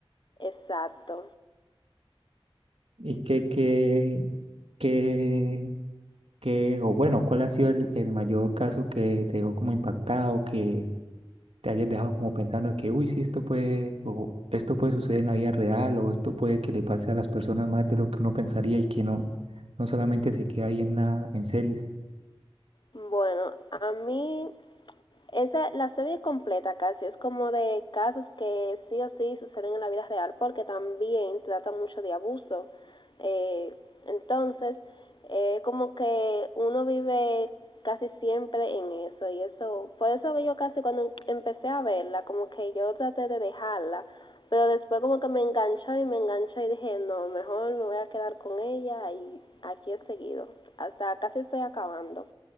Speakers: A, on the left; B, on the right.
A: Exacto.
B: Y que, que, que que, o bueno, cuál ha sido el, el mayor caso que te dejó como impactado, que te hayas dejado como pensando que, uy, sí, esto puede, o esto puede suceder en la vida real, o esto puede que le pase a las personas más de lo que uno pensaría y que no, no solamente se queda ahí en la, en series.
A: Bueno, a mí Esa, la serie completa casi es como de casos que sí o sí suceden en la vida real porque también trata mucho de abuso. Eh, entonces, eh, como que uno vive casi siempre en eso y eso, por eso que yo casi cuando em, empecé a verla, como que yo traté de dejarla, pero después como que me enganchó y me enganchó y dije, no, mejor me voy a quedar con ella y aquí he seguido, hasta casi estoy acabando.